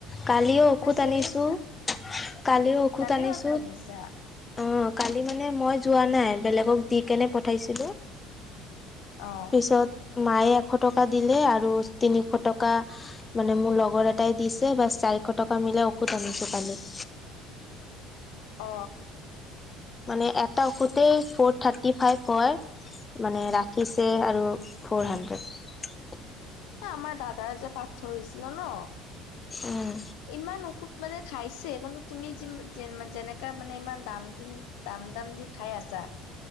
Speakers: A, on the left; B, on the left.
A: কালিও ঔষধ
B: মই ছেভিংছ
A: আনিছো কালিও ঔষধ
B: কালিও
A: আনিছো।
B: আকৌ আনিছা
A: অ কালি মানে মই যোৱা নাই বেলেগক দি কেনে পঠাইছিলো।
B: অহ,
A: পিছত মায়ে এশ টকা দিলে আৰু তিনিশ টকা মানে মোৰ লগৰ এটাই দিছে। বাচ চাৰিশ টকা মিলাই ঔষধ আনিছো কালি।
B: অ,
A: মানে এটা ঔষতে ফ'ৰ থাৰ্টি ফাইভ হয়। মানে ৰাখিছে আৰু ফৰ হাণ্ড্ৰেড।
B: আমাৰ দাদাৰ যে পাথৰ হৈছিলে ন।
A: উম,
B: ইমান ঔষধ মানে খাইছে কিন্তু তুমি যি যেনেকা মানে ইমান দাম দিম। দাম দাম দি খাই আছা